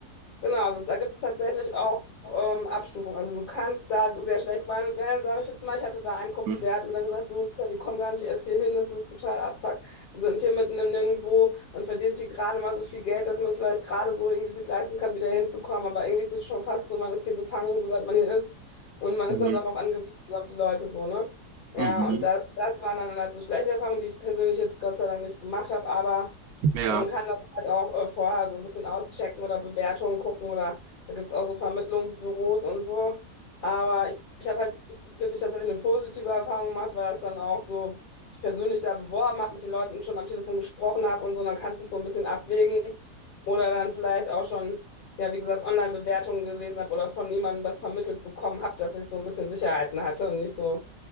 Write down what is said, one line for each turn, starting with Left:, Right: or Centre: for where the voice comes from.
Left: Genau, also da gibt es tatsächlich auch ähm, Abstufungen. Also du kannst da sehr schlecht behandelt werden, sage ich jetzt mal. Ich hatte da einen Kumpel,
Right: Mhm.
Left: der hat mir dann gesagt, so Luther, die kommen gar nicht erst hier hin, das ist total Abfuck. Wir sind hier mitten im Nirgendwo, man verdient hier gerade mal so viel Geld, dass man vielleicht gerade so irgendwie sich leisten kann, wieder hinzukommen. Aber irgendwie ist es schon fast so, man ist hier gefangen, sobald man hier ist. Und man
Right: Mhm.
Left: ist dann darauf angewiesen, also auf die Leute so, ne? Ja,
Right: Mhm.
Left: und das, das waren dann halt so schlechte Erfahrungen, die ich persönlich jetzt Gott sei Dank nicht gemacht habe, aber
Right: Ja.
Left: man kann halt auch äh, vorher so ein bisschen auschecken oder Bewertungen gucken oder da gibt es auch so Vermittlungsbüros und so. Aber ich, ich habe halt wirklich tatsächlich eine positive Erfahrung gemacht, weil das dann auch so, ich persönlich da beworben habe, mit den Leuten schon am Telefon gesprochen habe und so, und dann kannst du es so ein bisschen abwägen oder dann vielleicht auch schon, ja, wie gesagt, Online-Bewertungen gelesen habe oder von jemandem das vermittelt bekommen habe, dass ich so ein bisschen Sicherheiten hatte und nicht so